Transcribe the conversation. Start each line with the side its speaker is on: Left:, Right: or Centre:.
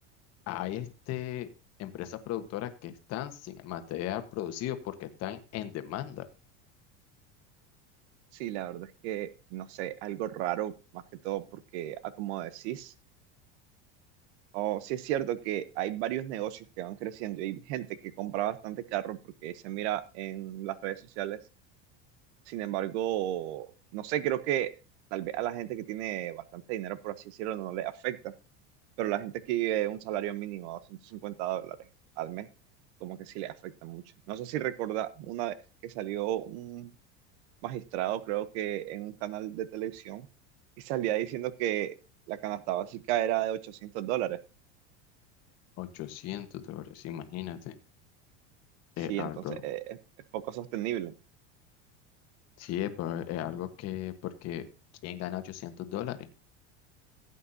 Left: hay este, empresas productoras que están sin el material producido porque están en demanda.
Right: Sí, la verdad es que, no sé, algo raro, más que todo porque, ah, como decís, o sí es cierto que hay varios negocios que van creciendo y hay gente que compra bastante carro porque se mira en las redes sociales Sin embargo, no sé, creo que tal vez a la gente que tiene bastante dinero, por así decirlo, no le afecta, pero la gente que vive un salario mínimo de ciento cincuenta dólares al mes, como que sí le afecta mucho. No sé si recuerda una vez que salió un magistrado, creo que en un canal de televisión, y salía diciendo que la canasta básica era de 800 dólares.
Left: 800 dólares, imagínate, es
Right: Sí,
Left: algo,
Right: entonces eh, es, es poco sostenible.
Left: sí, es, pa- es algo que, porque ¿quién gana 800 dólares?